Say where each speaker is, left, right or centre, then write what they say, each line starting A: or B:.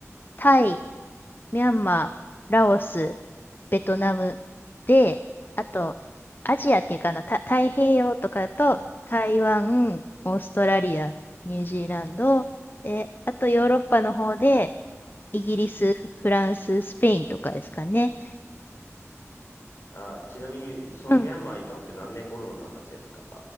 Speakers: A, on the left; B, on the left.
A: タイ、ミャンマー、ラオス、ベトナムで、あと、アジアっていうかあの、た太平洋とかだと、台湾、オーストラリア、ニュージーランド、で、あとヨーロッパの方で、イギリス、フランス、スペインとかですかね。
B: あちなみに、そのミャンマー行ったのって何年頃の話ですか
A: うん